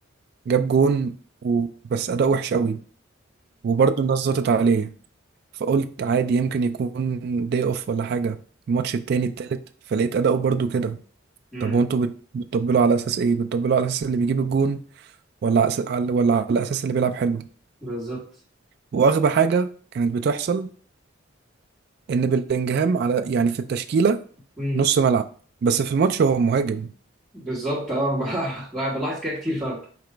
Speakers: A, on the right; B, in the centre.
A: جاب جون و... بس اداء وحش قوي وبرضه الناس زطت عليه فقلت عادي يمكن يكون داي اوف ولا حاجة الماتش التاني التالت فلقيت اداؤه برضه كده
B: امم
A: طب وانتوا بت- بتطبلوا على اساس ايه بتطبلوا على اساس اللي بيجيب الجون ولا على أس- على- ولا على اساس اللي بيلعب حلو
B: بالظبط
A: واغبى حاجة كانت بتحصل ان بلينجهام على يعني في التشكيله
B: امم
A: نص ملعب بس في الماتش هو مهاجم
B: بالظبط اه انا بلاح- <laughs> بلاحظ كده كتير فعلا